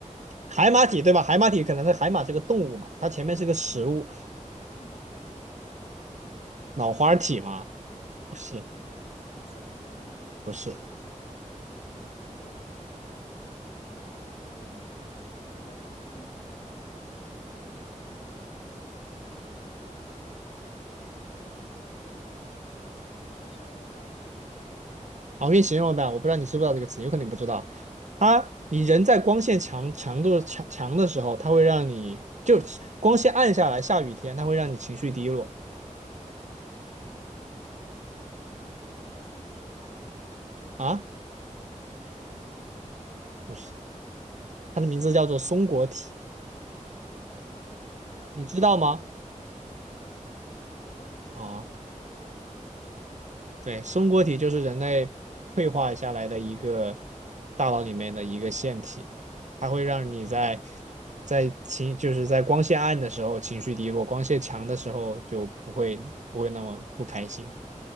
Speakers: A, on the right (about 65°); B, on the left (about 50°).
A: 海马体，
B: 脑花，
A: 对吧？海马体可能是海马是个动物嘛，它前面是个食物，
B: <laughs> 脑花，
A: 脑花体嘛，不是，
B: <laughs> 想吃脑花了。
A: 不是。
B: 脑不是，嗯，有铁，那就肯定没有脑子，那就是，呃呃，好难想，是生物专有名词吗？
A: 啊我给你形容吧，我不知道你知不知道这个词，有可能你不知道。它，你人在光线强强度强强的时候，它会让你就光线暗下来，下雨天，它会让你情绪低落
B: 嗯，维生素 T
A: 啊，
B: 我只想到维生素 D。
A: 不是，
B: 嗯
A: 它的名字叫做松果体，
B: 啊，<laughs>
A: 你知道吗？
B: 那我就是我我我不知道，我只知道听过这个词，
A: 哦，
B: 但我不知道它是具体是什么。
A: 对，松果体就是人类退化下来的一个大脑里面的一个腺体，它会让你在
B: 啊
A: 在情就是在光线暗的时候情绪低落，光线强的时候就不会不会那么不开心